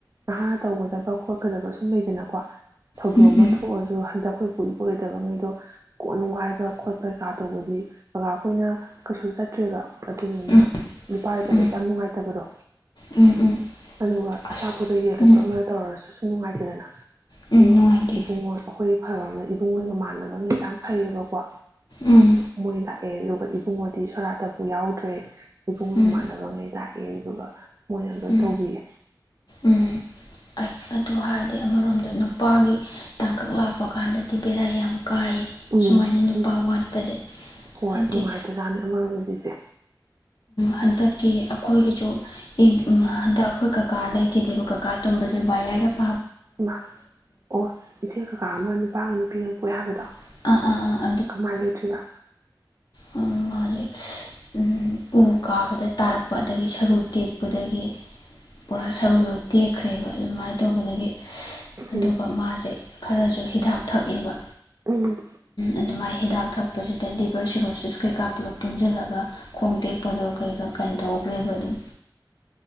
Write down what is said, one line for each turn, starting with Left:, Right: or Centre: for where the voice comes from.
Right: ꯅꯍꯥꯒ ꯇꯧꯒꯗꯕ ꯈꯣꯠꯀꯗꯕ ꯁꯨꯝ ꯂꯩꯗꯅꯀꯣ ꯊꯧꯗꯣꯛ
Left: ꯎꯝ
Right: ꯑꯃ
Left: ꯎꯝ
Right: ꯊꯣꯛꯑꯁꯨ ꯍꯟꯗꯛ ꯑꯩꯈꯣꯏ ꯄꯨ ꯏꯄꯔꯣꯏꯗꯕꯉꯩꯗꯣ ꯀꯣꯟ ꯅꯨꯡꯉꯥꯏ ꯕ ꯈꯣꯠꯄ ꯀꯩꯀꯥ ꯇꯧꯕꯗꯤ ꯀꯥꯈꯣꯏꯅ ꯀꯩꯁꯨ ꯆꯠꯇ꯭ꯔꯦꯕ ꯑꯗꯨꯗꯨꯅ
Left: ꯎꯝ
Right: ꯅꯨꯄꯥꯏꯇꯕꯒꯤ
Left: ꯎꯝ ꯎꯝ
Right: ꯌꯥꯝ ꯅꯨꯡꯉꯥꯏꯇꯕꯗꯣ
Left: ꯎꯝ ꯎꯝ
Right: ꯑꯗꯨꯒ
Left: ꯑꯁ
Right: ꯑꯆꯥꯄꯣꯠꯇ ꯌꯦꯜꯗꯁꯨ
Left: ꯎꯝ
Right: ꯑꯃꯅ ꯇꯧꯔꯁꯨ ꯅꯨꯡꯉꯥꯏꯇꯦꯗꯅ
Left: ꯎꯝ
Right: ꯑꯗꯣ
Left: ꯅꯨꯡꯉꯥꯏꯇꯦ
Right: ꯏꯕꯨꯡꯉꯣ ꯑꯩꯈꯣꯏ ꯑꯐꯕ ꯑꯃꯅ ꯏꯕꯨꯡꯉꯒ ꯃꯥꯟꯅꯕ ꯑꯃꯁꯁꯦ ꯌꯥꯝ ꯐꯩꯌꯦꯕꯀꯣ
Left: ꯎꯝ
Right: ꯏ ꯂꯥꯏ ꯂꯥꯛꯑꯦ ꯑꯗꯨꯒ ꯏꯕꯨꯡꯉꯣꯗꯤ ꯁꯣꯔꯥꯠꯇꯕꯨ ꯌꯥꯎꯗ꯭ꯔꯦ ꯏꯕꯨꯡꯒ
Left: ꯎꯝ
Right: ꯏꯃꯥꯟꯅꯕꯉꯩ ꯂꯥꯛꯑꯦ ꯑꯗꯨꯗꯨꯒ ꯃꯣꯏꯅ ꯂꯣꯏ
Left: ꯎꯝ
Right: ꯇꯧꯕꯤꯌꯦ
Left: ꯎꯝ ꯑꯩ ꯑꯗꯨ ꯍꯥꯏꯔꯗꯤ ꯑꯃꯔꯣꯝꯗ ꯅꯨꯄꯥꯒꯤ ꯇꯥꯡꯀꯛ ꯂꯥꯛꯄ ꯀꯥꯟꯗꯗꯤ ꯕꯦꯔꯥ ꯌꯥꯝ ꯀꯥꯏꯌꯦ
Right: ꯎꯝ
Left: ꯁꯨꯃꯥꯏꯅ ꯅꯨꯄꯥ
Right: ꯎ
Left: ꯋꯥꯠꯄꯁꯦ
Right: ꯍꯣꯏ
Left: ꯍꯥꯏꯕꯗꯤ
Right: ꯅꯨꯡꯉꯥꯏꯇꯖꯥꯅꯤ ꯑꯃꯔꯣꯝꯗ ꯂꯤꯁꯦ
Left: ꯍꯟꯗꯛꯀꯤ ꯑꯩꯈꯣꯏꯒꯤꯁꯨ ꯍꯟꯗꯛ ꯑꯩꯈꯣꯏ ꯀꯀꯥ ꯂꯩꯈꯤꯗꯦꯕ ꯀꯀꯥ ꯇꯨꯝꯕꯁ <inaudible>
Right: ꯏ ꯑꯣ ꯏꯆꯦ ꯀꯀꯥ ꯑꯃ ꯅꯨꯄꯥꯒ ꯅꯨꯄꯤ ꯑꯃ ꯌꯥꯕꯗ
Left: ꯑ ꯑꯥ ꯑꯥ
Right: ꯀꯃꯥꯏꯅ ꯂꯩꯇ꯭ꯔꯤꯕ
Left: ꯍꯧꯖꯤꯛ ꯎ ꯀꯥꯕꯗ ꯇꯥꯔꯛꯄ ꯑꯗꯒꯤ ꯁꯔꯨ ꯇꯦꯛꯄꯗꯒꯤ ꯄꯨꯔꯥ ꯁꯔꯨꯗꯣ ꯇꯦꯛꯈ꯭ꯔꯦꯕ ꯑꯗꯨꯃꯥꯏꯅ ꯇꯧꯕꯗꯒꯤ ꯑꯗꯨꯒ
Right: ꯎꯝ
Left: ꯃꯥꯁꯦ ꯈꯔꯁꯨ ꯍꯤꯗꯥꯛ ꯊꯛꯑꯦꯕ
Right: ꯎꯝ
Left: ꯑꯗꯨꯃꯥꯏꯅ ꯍꯤꯗꯥꯛ ꯊꯛꯄ ꯁꯤꯗ ꯂꯤꯕꯔ ꯁꯤꯔꯣꯁꯤꯁ ꯀꯩ ꯀꯥꯞ ꯄꯨꯂꯞ ꯄꯨꯟꯁꯤꯜꯂꯒ ꯈꯣꯡ ꯇꯦꯛꯄꯗꯣ ꯀꯩ ꯀꯥꯏꯅ ꯇꯧꯈ꯭ꯔꯦꯕ ꯑꯗꯨꯝ